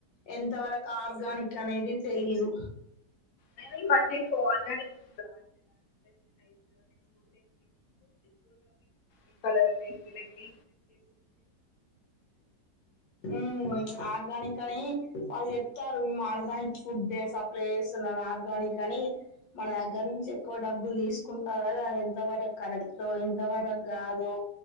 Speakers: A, on the left; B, on the left.
A: ఎంత వరకు ఆర్గానిక్ అనేది తెలిదు
B: అయినా ఈ మధ్య ఎక్కువ ఆర్గానిక్ <inaudible> ఈ కలర్ వేస్ట్ ఈల్లకి
A: ఉ
B: వాటర్
A: ఆర్గానిక్ అని వాళ్ళు జెప్తారు మేము ఆర్గానిక్ ఫుడ్డే సప్లై ఏస్తున్నాము ఆర్గానిక్ అని మన దగ్గర నుంచి ఎక్కువ డబ్బులు దీసుకుంటారు గదా అది ఎంత వరకు కరెక్టొ ఎంత వరకు గాదో